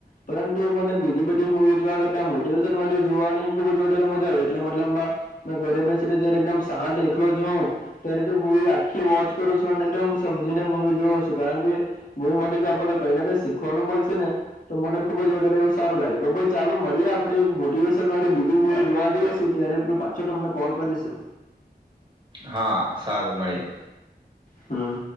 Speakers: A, on the left; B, on the right.
A: પરંતુ મને બીજી બધી મૂવી જોવા કરતા મોટિવેશન વાલી જોવાની ખુબ જ વધારે મજા, આવે એટલે મતલબ મા મા મે ઘરે બેસીને જયારે એકદમ શાંત એકલો જ હોઉં ત્યારે તે મૂવી આખી વોચ કરો સું. <unintelligible> એકદમ સમજીને મૂવી જોવું સું, કારણ કે મુવી માટે જો આપણને કઈ ને કઈ શીખવાનું મળશે ને તો મને ખુબ વધારે એવું સારું લાગે, તો પણ ચાલુ મળીએ આપણે એક મોટીવેશન વાળી બીજી મુવી જોવા જઈશું, ત્યારે <unintelligible> પાછો તમને કોલ કરીશું.
B: હા સારું મળીએ.
A: હમ્મ.